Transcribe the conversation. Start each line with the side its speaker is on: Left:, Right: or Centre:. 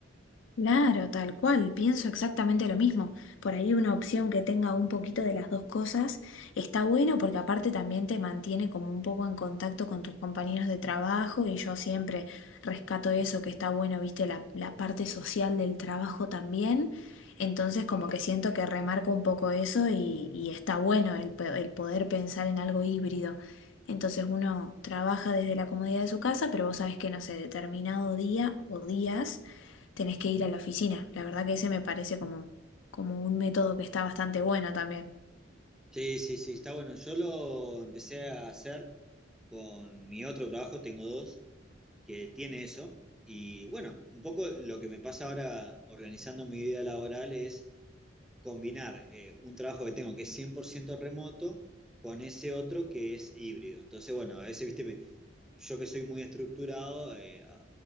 Left: Claro, tal cual, pienso exactamente lo mismo. Por ahí una opción que tenga un poquito de las dos cosas está bueno porque aparte también te mantiene como un poco en contacto con tus compañeros de trabajo y yo siempre rescato eso que está bueno, viste, la, la parte social del trabajo también. Entonces como que siento que remarco un poco eso y, y está bueno el, pe- el poder pensar en algo híbrido. Entonces uno trabaja desde la comodidad de su casa, pero vos sabés que no sé, determinado día o días tenés que ir a la oficina. La verdad que ese me parece como, como un método que está bastante bueno también.
Centre: Sí, sí, sí, está bueno. Yo lo empecé a hacer con mi otro trabajo, tengo dos, que tiene eso. Y bueno, un poco lo que me pasa ahora organizando mi vida laboral es combinar eh, un trabajo que tengo que es 100% remoto con ese otro que es híbrido. Entonces, bueno, a veces, viste, me- yo que soy muy estructurado, eh, a-